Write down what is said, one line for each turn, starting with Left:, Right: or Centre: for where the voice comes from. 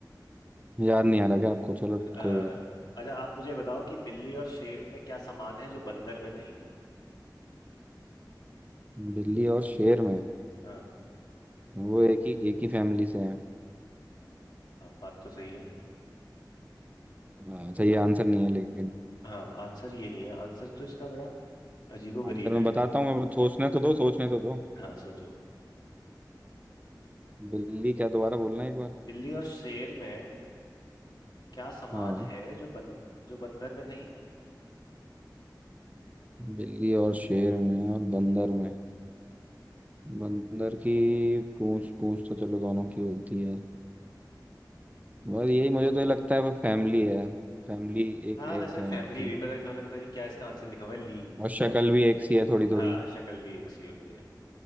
Right: याद नहीं आ रहा क्या आपको चलो
Left: अ,
Right: कोई बात
Left: अच्छा आप मुझे बताओ कि बिल्ली और शेर में क्या समान है जो बंदर में नहीं
Right: नहीं बिल्ली और शेर में
Left: हाँ
Right: वो एक ही एक ही फैमिली से हैं
Left: हाँ बात तो सही है
Right: अच्छा ये आंसर नहीं है लेकिन
Left: हाँ आंसर ये नहीं है आंसर तो इसका बड़ा अजीबोगरीब
Right: आंसर मैं
Left: है
Right: बताता हूँ मैं सोचने तो दो सोचने तो दो
Left: हाँ सोचो
Right: बिल्ली क्या दोबारा बोलना एक बार
Left: बिल्ली और शेर में क्या समान
Right: हाँ
Left: है जो बन जो बंदर में नहीं
Right: बिल्ली और शेर में और बंदर में बंदर की पूंछ पूंछ तो चलो दोनों की होती है बस यही मुझे तो ये लगता है वो फैमिली है फैमिली एक
Left: हाँ वैसे
Right: एक है
Left: फैमिली
Right: उनकी
Left: भी पता इन्होंने पता नहीं क्या इसका आंसर लिखा हुआ है ली
Right: और शक्ल भी एक सी है थोड़ी
Left: हाँ
Right: थोड़ी
Left: शक्ल भी एक सी होती है